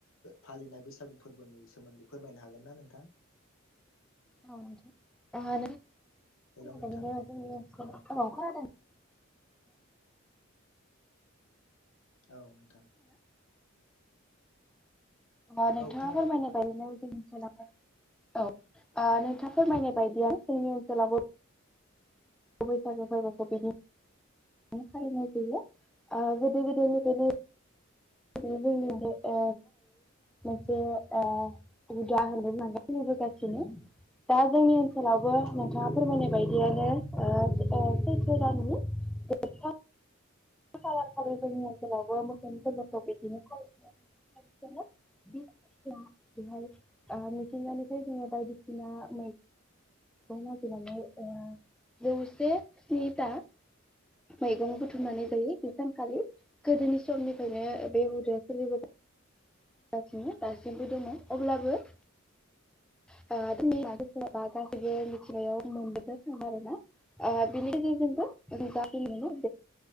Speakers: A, on the left (about 80°); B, in the centre.
A: फालिनाय बैसागु फोरबोनि सोमोन्दै फोरमायनो हागोन ना नोंथां
B: औ नोंथां
A: हेलौ नोंथां
B: <unintelligible> बिदिनो जोंनि खोनादों
A: औ
B: नोंथाङा
A: औ नोंथां
B: नोंथाङा
A: औ खोनादों
B: फोरमायनाय
A: नोंथां
B: बायदिनो
A: बुं दे
B: जों खेलाफोर औ नोंथाङा फोरमायनाय बायदिया जोंनि ओनसोलावबो बैसागो फोरबोखौ बिनि माने फालिनाय जायो गोदो गोदायनिफ्रायनो जोंनि ओ मोनसे <unintelligible> गासिनो दा जोंनि ओनसोलावबो
A: औ
B: नोंथाङा
A: नोंथां
B: फोरमायनाय बायदियानो सैथो दाननि <unintelligible> खालारखालि जोंनि ओनसोलावबो मोसौनि फोर्बोखौ बिदिनो फालि <unintelligible> बि बेहाय मिथिंगानिफ्राय जोङो बायदिसिना मै गं नागिरनानै जौसे स्निथा मैगं बुथुमनानै जायो बे सानखालि गोदोनि समनिफ्रायनो बे हुदाया सोलिबो गासिनो दासिमबो दङ अब्लाबो <unintelligible> गासैबो मिथिनायाव <unintelligible> आरोना बिनि गेजेरजोंबो <unintelligible> मोनो